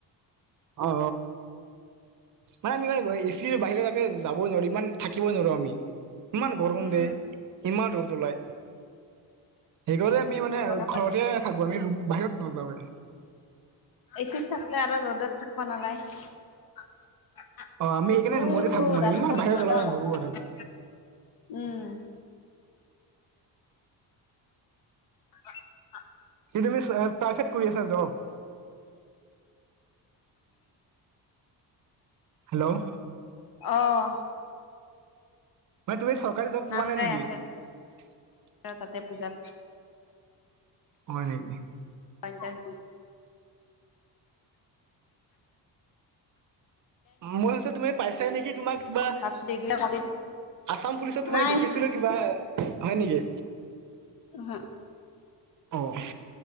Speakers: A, on the right; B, on the left.
A: অঁ মাই আমি এচি বাহিৰত আমি। যাব নোৱাৰোঁ ইমান থাকিব নোৱাৰো আমি। ইমান গৰম
B: উম
A: দে ইমান ৰদ ওলায়। সেইকাৰণে
B: তাকেতো
A: আমি মানে
B: গৰমৰ
A: ঘৰতে
B: দিনত
A: থাকো আমিত বাহিৰত নোলাওঁ
B: এচিত থাকিলে আৰু ৰ'দত থাকিব নালাগে।
A: অ আমি সেইকাৰণে
B: উ
A: ৰুমতে থাকো মানে
B: ৰাস্তত
A: ইমান বাহিৰত
B: মজা
A: ওলাব
B: বতাহ
A: নোৱাৰো মানে
B: আছে। উম। অঁ অঁ।
A: কি তুমি প্ৰাইভেট কৰি আছা জব। হেল্ল'
B: অঁ।
A: মানে তুমি চৰকাৰী জব পোৱা
B: নাম
A: নাই
B: গাই
A: নেকি?
B: আছে ৰ তাতে পূজাত
A: হয় নেকি।
B: পাইছে।
A: মোৰ আছে তুমি পাইছা নেকি তোমাক কিবা
B: তাৰপিছত এইগিলা কৰি
A: আছাম পুলিচত তোমাক
B: নাই
A: দেখিছিলো কিবা হয় নেকি
B: হ
A: অঁ।